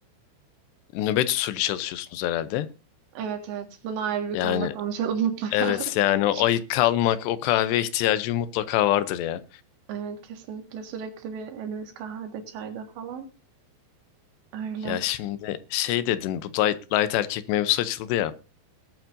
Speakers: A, on the left; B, on the right.
A: nöbet usulü çalışıyorsunuz herhalde.
B: Evet evet. Bunu ayrı bir
A: Yani
B: konuda konuşalım mutlaka.
A: evet
B: <laughs>
A: yani o ayık kalmak o kahve ihtiyacı mutlaka vardır ya.
B: Evet kesinlikle sürekli bir elimiz kahvede çayda falan. Öyle.
A: Ya şimdi şey dedin bu light, light erkek mevzusu açıldı ya.